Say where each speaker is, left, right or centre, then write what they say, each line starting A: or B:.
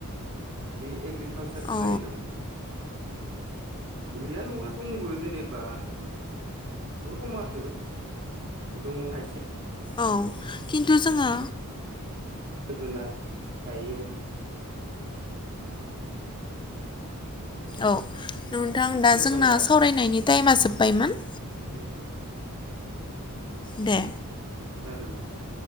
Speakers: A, on the right; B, on the left.
A: बे एग्रिकालसार
B: औ
A: लाइनाव गैया नङा दंबो जेनेबा बहुत खम आरो थेवबो दङ खायसे‌।
B: औ खिन्थु जोङो।
A: जोगोनार गायो।
B: औ नोंथां दा
A: सोरबाया
B: जोंना सावरायनायनि टाइमा जोब्बायमोन।
A: बिदि
B: दे
A: जागोन दे होमबा।